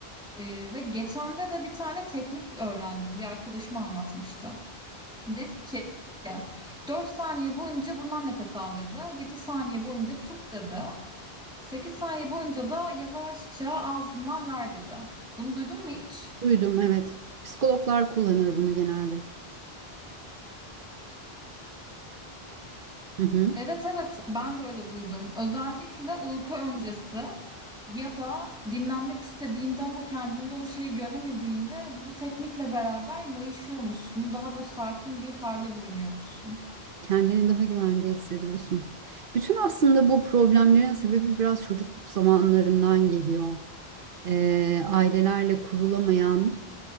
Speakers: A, in the centre; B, on the right.
A: Ee, ve geçen de de bir tane teknik öğrendim. Bir arkadaşım anlatmıştı. Dedi ki 4 saniye boyunca burundan nefes al dedi. 7 saniye boyunca tut dedi. sekiz saniye boyunca da yavaşça ağzından ver dedi. Bunu duydun mu hiç?
B: Duydum evet. Psikologlar kullanır bunu genelde. Hı hı.
A: Evet evet ben de öyle duydum. Özellikle uyku öncesi ya da dinlenmek istediğinde ama kendinde o şeyi göremediğinde bu teknikle beraber mayışıyormuşsun. Daha böyle sakin bir hale bürünüyormuşsun.
B: Kendini daha güvende hissediyorsun. Bütün aslında bu problemlerin sebebi biraz çocukluk zamanlarından geliyor. Ee, ailelerle kurulamayan